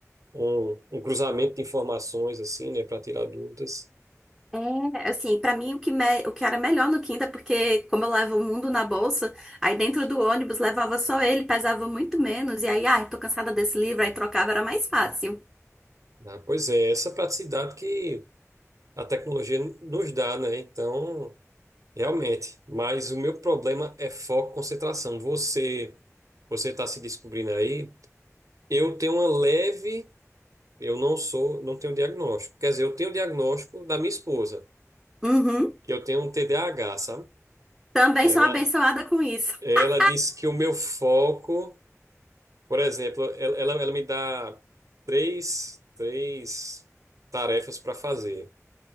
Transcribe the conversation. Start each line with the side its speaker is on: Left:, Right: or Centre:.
Right: um, um cruzamento de informações, assim, né, para tirar dúvidas.
Centre: É, assim, pra mim o que, me- o que era melhor no Kindle é porque, como eu levo o mundo na bolsa, aí dentro do ônibus levava só ele, pesava muito menos, e aí, ai, tô cansada desse livro, aí trocava, era mais fácil.
Right: Ah, pois é, essa praticidade que a tecnologia nos dá, né? Então. Realmente, mas o meu problema é foco, concentração. Você, você está se descobrindo aí. Eu tenho uma leve, eu não sou, não tenho diagnóstico. Quer dizer, eu tenho o diagnóstico da minha esposa,
Centre: Uhum.
Right: que eu tenho um TDAH, sabe?
Centre: Também
Right: Ela,
Centre: sou abençoada com isso.
Right: ela
Centre: <laughs>
Right: disse que o meu foco, por exemplo, ela, ela, ela me dá três, três tarefas para fazer.